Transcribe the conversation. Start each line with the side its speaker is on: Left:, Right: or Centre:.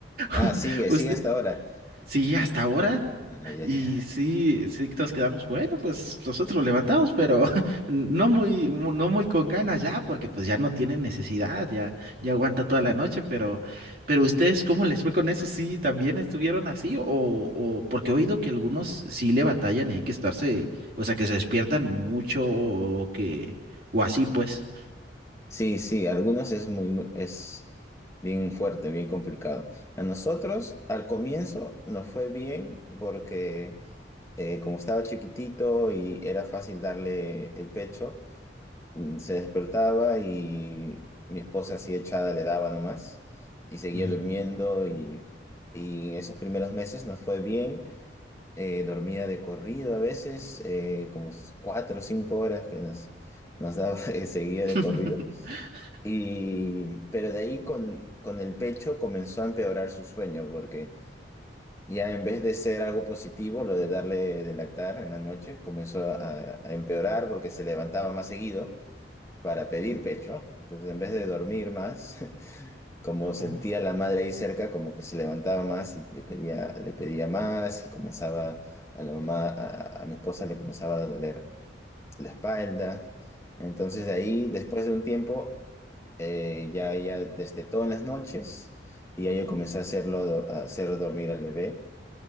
Left: Ah,
Right: <laughs>
Left: sigue,
Right: usted,
Left: sigue hasta ahora.
Right: sí, hasta ahora.
Left: Ah, ya, ya,
Right: Y
Left: ya,
Right: sí, sí, todos quedamos, bueno, pues nosotros lo levantamos, pero <laughs> no muy, no muy con ganas ya, porque pues ya no tienen necesidad, ya, ya aguanta toda
Left: Claro.
Right: la noche, pero, pero ustedes, ¿cómo les fue con eso? ¿Sí también estuvieron así? O, o porque he oído que algunos sí le batallan y hay que estarse, o sea, que se despiertan mucho o que, o así pues.
Left: Sí, sí, algunos es muy, muy- es bien fuerte, bien complicado. A nosotros, al comienzo, nos fue bien porque eh, como estaba chiquitito y era fácil darle el pecho, mm, se despertaba y mi esposa así echada le daba nomás y seguía
Right: Mm.
Left: durmiendo y, y en esos primeros meses nos fue bien. Eh, dormía de corrido a veces, eh, como cuatro o cinco horas que nos, nos daba, <laughs> eh, seguía
Right: <laughs>
Left: de corrido. Y, pero de ahí con, con el pecho comenzó a empeorar su sueño porque ya en vez de ser algo positivo, lo de darle de lactar en la noche comenzó a, a empeorar porque se levantaba más seguido para pedir pecho. Entonces, en vez de dormir más, <laughs> como sentía
Right: Oh,
Left: la madre ahí cerca, como que se levantaba más y le pedía, le pedía más y comenzaba a la mamá, a, a mi esposa le comenzaba a doler la espalda. Entonces, de ahí, después de un tiempo, eh, ya, ya destetó en las noches y ya yo comencé a hacerlo, a hacer dormir al bebé.